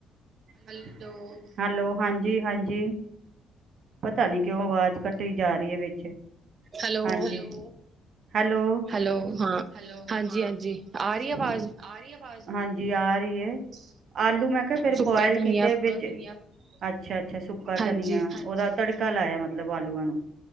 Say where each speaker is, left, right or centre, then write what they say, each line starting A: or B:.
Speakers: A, on the right; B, on the right.
A: ਹੈਲੋ। ਹੈਲੋ, ਹਾਂਜੀ ਹਾਂਜੀ ਪਤਾ ਨੀ ਕਿਉਂ ਅਵਾਜ਼ ਕੱਟੀ ਜਾ ਰਹੀ ਆ ਵਿੱਚ?
B: ਹੈਲੋ
A: ਹਾਂਜੀ ਹੈਲੋ।
B: ਹੈਲੋ, ਹਾਂ।
A: ਹੈਲੋ,
B: ਹਾਂਜੀ
A: ਹਾਂ
B: ਹਾਂਜੀ ਆ
A: ਹਾਂਜੀ-ਹਾਂਜੀ
B: ਰਹੀ ਆਵਾਜ਼
A: ਆ ਰਹੀ ਆਵਾਜ਼, ਹਾਂਜੀ ਆ ਰਹੀ ਐ! ਆਲੂ ਮੈਂ ਕਿਹਾ ਫੇਰ
B: ਸੁੱਕਾ
A: ਬੋਆਇਲ
B: ਧਨੀਆ
A: ਕੀਤੇ ਵਿੱਚ, ਅੱਛਾ -ਅੱਛਾ ਸੁੱਕਾ
B: ਹਾਂਜੀ
A: ਧਨੀਆ! ਉਹਓਦਾ ਤੜਕਾ ਲਾਇਆ ਮਤਲਬ ਆਲੂਆਂ ਨੂੰ